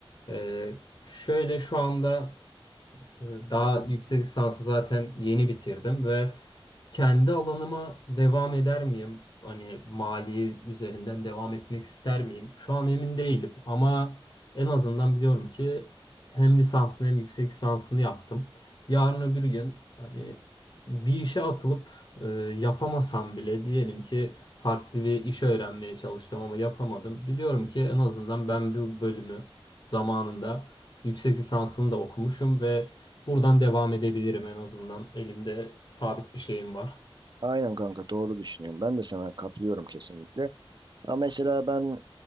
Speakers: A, on the left (about 50°); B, on the right (about 50°).
A: E, şöyle şu anda ee, Daha yüksek lisansı zaten yeni bitirdim ve kendi alanıma devam eder miyim? Hani mali üzerinden devam etmek ister miyim? Şu an emin değilim ama en azından biliyorum ki hem lisansını hem yüksek lisansını yaptım. Yarın öbür gün hani bir işe atılıp e, yapamasam bile diyelim ki farklı bir işe öğrenmeye çalıştım ama yapamadım. Biliyorum ki en azından ben bu bölümü zamanında yüksek lisansını da okumuşum ve Buradan devam edebilirim en azından. Elimde sabit bir şeyim var.
B: Aynen kanka doğru düşünüyorum. Ben de sana katılıyorum kesinlikle. Ama mesela ben